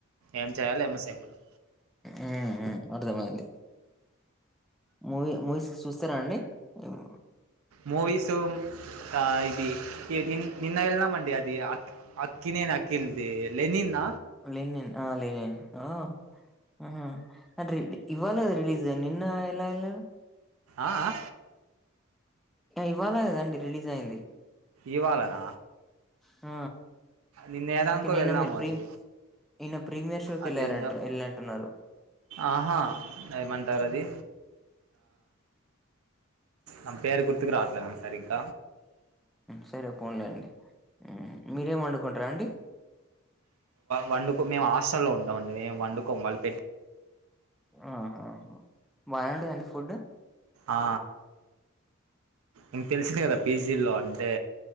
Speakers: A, on the right (about 85°); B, in the centre.
A: ఏం చేయాలో ఏమో సెమ్ములో
B: ఉ ఉ అర్థమైంది మూవీ మూవీస్ చూస్తారా అండి హ్మ్.
A: మూవీస్ ఆ ఇది <unintelligible> నిన్న ఎల్నా మండి అది అ అక్కినేన్ అకిిల్ది లెనిన
B: లెనిన్ ఆ లెనిన్ ఆ ఆ అ ఇవ్వాల రిలీజ్ నిన్న ఎలా ఎల్లవ్
A: ఆ ఆ
B: ఇవ్వాల కదండి రిలీజ్ అయ్యింది
A: ఇవాళన
B: ఆ
A: నిన్న ఏదానీకో
B: ఓకే నిన్న
A: వెళ్ళాము
B: మీరు ప్రీ
A: అది
B: నిన్న ప్రీమియర్ షోకి
A: అది
B: <unintelligible>
A: ఎందో
B: ఎల్నటున్నారు
A: ఆహా ఏమంటారు అది ఆ పేరు గుర్తుకు రాట్లే సరిగ్గ
B: సరే పోన్లేండి మీరేం వండుకుంటరు అండి
A: వండుకో మేము హస్టల్లో ఉంటామండి మేము వండుకోం వాళ్ళు పె
B: ఆహాహా బానే ఉంటదాండి ఫుడ్
A: ఆ ఇంగ తెల్సిందెగ పీజీల్లో అంటే